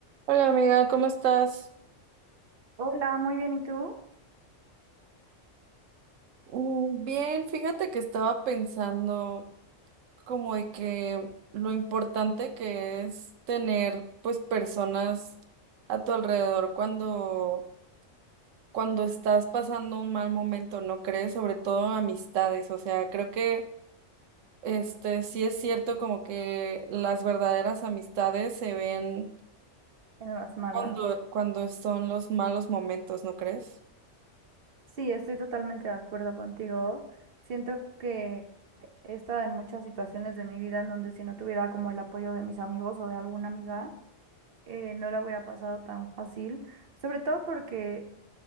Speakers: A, on the right; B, on the right.
A: Hola amiga, ¿cómo estás?
B: Hola, muy bien, ¿y tú?
A: Mm, Bien, fíjate que estaba pensando como de que lo importante que es tener pues personas a tu alrededor cuando cuando estás pasando un mal momento, ¿no crees? Sobre todo amistades, o sea, creo que este sí es cierto como que las verdaderas amistades se ven
B: En las malas.
A: cuando cuando son los malos momentos, ¿no crees?
B: Sí, estoy totalmente de acuerdo contigo. Siento que he estado en muchas situaciones de mi vida en donde si no tuviera como el apoyo de mis amigos o de alguna amiga, eh, no la hubiera pasado tan fácil. Sobre todo porque